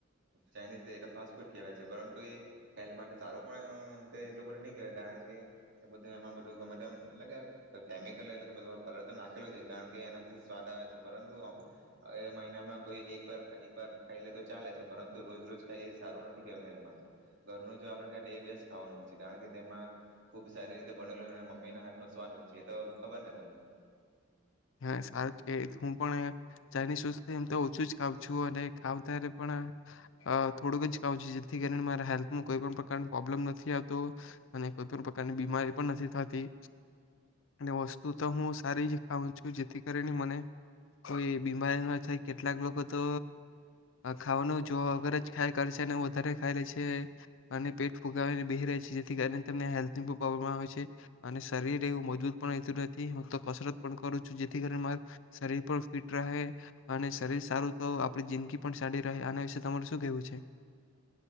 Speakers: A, on the right; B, on the left.
A: ચાઇનીઝ એ ફાસ્ટ ફૂડ કેહેવાય છે પરંતુ એ હેલ્થ માટે સારું પણ એટલું બધું ની કેહેવાય કારણ કે એ બધું એમાં બધું ગમેતેમ એટલે કે કેમિકલ એટલે કલર તો નાખેલો છે કારણ કે એના થી સ્વાદ આવે છે પરંતુ અવે મહિનામાં કોઈ એક એક વાર એકવાર ખાઈ લે તો ચાલે છે પરંતુ રોજ રોજ ખાય એ સારું નથી કેવા હેલ્થ માટે ઘરનું જો આપડે ખાય એ બેસ્ટ ખાવાનું હોય છે કારણ કે તેમાં ખુબ સારી રીતે બને મમ્મીના હાથ નો સ્વાદ હોય છે એ તો ખબર ને તમને.
B: હ સાર હું પણ ચાઇનીઝ વસ્તુ એમ તો ઓછું જ ખાવં છું અને ખાવ ત્યારે પણ થોડુંક જ ખાઉં છું જેથી કરીને મારા હેલ્થમાં કોઈ પણ પ્રકારનો પ્રોબ્લેમ નથી આવતો અને કોઈ પણ પ્રકારની બીમારી પણ નથી થતી અને વસ્તુ તો હું સારી જ ખા ઉં છું જેથી કરીને મને કોઈ બીમારી ન થાય કેટલાક લોકો તો ખાવાનું જોવા વગર જ ખાય કરશે અને વધારે ખાઈ લે છે અને પેટ ફુગાવીને બેહી રહે છે જેથી કરીને તેમને હેલ્થની પણ પ્રોબ્લેમ આવે છે અને શરીર એવું મજબૂત પણ રહેતું નથી હું તો કસરત પણ કરું છું જેથી કરી મારું શરીર પણ ફિટ રહે અને શરીર સારું તો આપણી જિંદગી પણ સારી રહે આના વિશે તમારે શું કેવું છે.